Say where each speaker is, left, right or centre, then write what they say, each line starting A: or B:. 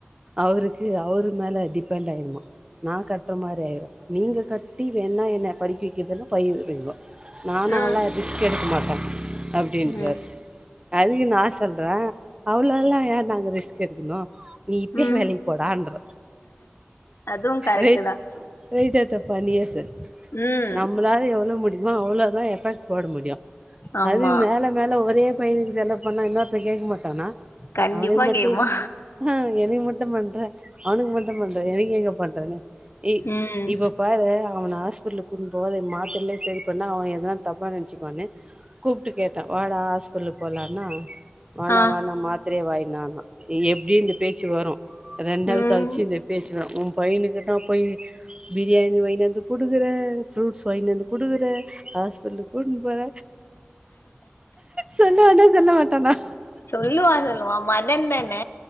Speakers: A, on the right; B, on the left.
A: அவருக்கு அவரு மேல டிபெண்ட் ஆயிருமா நான் கட்டுற மாரி ஆய்ரு நீங்க கட்டி வேணா என்ன படிக்க வைக்கதுனா பயிடுங்கோ நானாலா
B: ஆ
A: ரிஸ்க் எடுக்க மாட்ட அப்டின்றாரு
B: ம்
A: அதுக்கு நா சொல்ற அவ்ளோல்லா ஏ நாங்க ரிஸ்க் எடுக்கணு நீ இப்பயே
B: ம்
A: வேலைக்கு போடான்ற
B: அதுவு கரெக்ட்
A: வெய்ட்
B: தா
A: வெய்ட் ஏத்த பண்ணியே செரி
B: ம்
A: நம்மளால எவ்ளோ முடியுமோ அவ்ளோதா எஃபெக்ட் போட முடியு
B: ஆமா
A: அதுக்கு மேல மேல ஒரே பயனுக்கு செலவு பண்ணா இன்னொருத்த கேக்க மாட்டானா
B: கண்டிப்பா
A: அவனுக் மட்டு
B: கேப்பா
A: ஆ எனக்கு மட்டு பண்ற அவனுக்கு மட்டு பண்ற எனக்கு எங்க பண்றனு ஏய்
B: ம்
A: இப்ப பாறே அவன ஹாஸ்பிட்டல் இட்டுனு போவாத மாத்திரலயே சரி பண்ணா அவன் எதனா தப்பா நெனச்சுக்குவான்னு கூப்ட்டு கேட்ட வாடா சொல்லு போலானா வானாவான
B: ஆ
A: மாத்ரயே வாங்கின்வானா எப்டியு இந்த பேச்சு வரு ரெண்டு நாள்
B: ம்
A: கழிச்சு இந்த பேச்சு வரு உன் பையனுகின்னா போயி பிரியாணி வாய்னுவந்து குடுக்குற ஃப்ரூட்ஸ் வாய்னுவந்து குடுக்குற ஹாஸ்பிடலு கூட்டுனு போற சொல்லுவானா சொல்ல மாட்டானா
B: சொல்லுவா சொல்லுவா மதன் தான